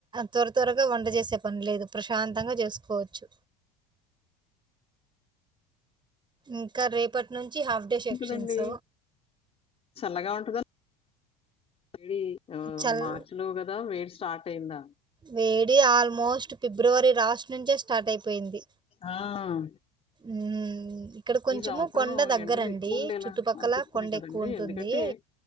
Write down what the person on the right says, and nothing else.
త్వర త్వరగా వంట చేసే పని లేదు ప్రశాంత. శాంతంగా చేసుకోవచ్చు. ఇంకా రేపటి నుంచి. హాఫ్ డే సెక్షన్స్
చల్
వేడి ఆల్మోస్ట్ ఫిబ్రవరి లాస్ట్. నుంచే స్టార్ట్ అయిపోయింది
ఉమ్ ఇక్కడ కొంచెము
కొండ దగ్గరండి
చుట్టుపక్కల
కొండ
ఎక్కువ ఉంటుంది